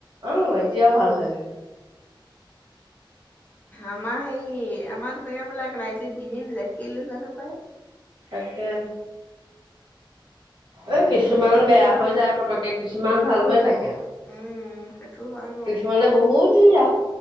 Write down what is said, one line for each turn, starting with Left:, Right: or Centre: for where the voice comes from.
Right: আহ এতিয়াও ভাল হৈ আছে।
Left: আমাৰ সেই আমাৰো তেনেকে লাইটে বিলাক <unintelligible> জানো পাই
Right: তাকেহে। এ কিছুমান বেয়া হৈ যায় পতকে কিছুমান ভাল হৈ থাকে।
Left: উম সেইটো হয় বাৰু
Right: কিছুমানে বহুত যায়।